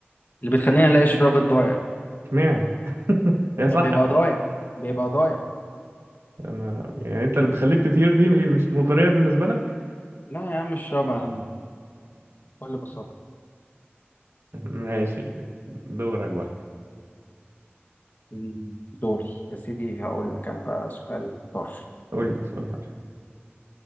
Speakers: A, on the left; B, on the right.
A: اللي بتخلينا نلاقي الشراب الضايع
B: اشمعنى؟ هي صح
A: كان بيبقى
B: بقى.
A: ضايع بيبقى ضايع
B: يا نهار أبيض. يعني أنت اللي بتخليك تطير دي مش مغرية بالنسبة لك؟
A: لا يا عم الشراب اهم بكل بساطة
B: <laughs> ماشي دورك بقى
A: مم. دوري يا سيدي هقول لك انا بقى سؤال طرش
B: قول لي سؤال طيب.